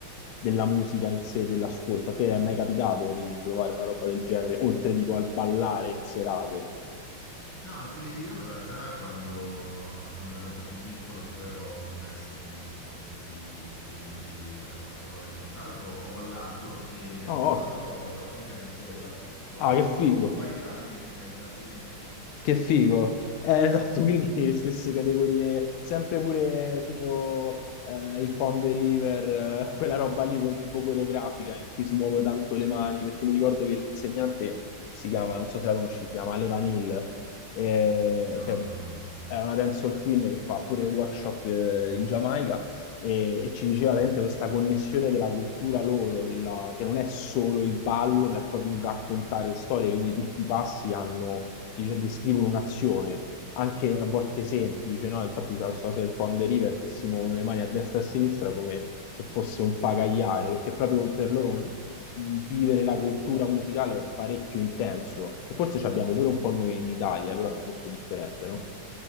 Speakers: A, on the left; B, on the left.
A: della musica in sé, dell'ascolto. A te è mai capitato di provare una roba del genere, oltre dico al ballare in serate?
B: No, io in realtà quando, quando ero un po' più piccolo, che poi ho smesso per un discorso di, di tempi per la scuola e quant'altro, ho ballato e
A: Oh,
B: tra
A: oh,
B: l'altro ho ballato anche dancehall. L'ho
A: ah,
B: fatto
A: che figo!
B: un paio d'anni, mi sembra. Sì, sì.
A: Che figo. Eh, esatto, <laughs> quindi stesse categorie, sempre pure tipo eh, il Pond de River, eh, quella roba lì, quel tipo coreografica in cui si muovono tanto le mani, perché mi ricordo che l'insegnante si chiama, non so se la conosci, si chiama Ale Vanil, eh,
B: No,
A: che
B: non la conosco.
A: è una dancehall queen che fa pure workshop eh, in Giamaica e, e ci diceva
B: Ok.
A: veramente questa connessione della cultura loro, della- che non è solo il ballo, ma è proprio un raccontare storie, quindi tutti i passi hanno dice- descrivono un'azione, anche a volte semplice, no? Infatti c'è questa cosa del Pond River che si muovono le mani a destra e a sinistra come se fosse un pagaiare, perché proprio per loro un- vivere la cultura musicale è parecchio intenso. E forse ci abbiamo pure un po' noi in Italia, però è molto differente, no?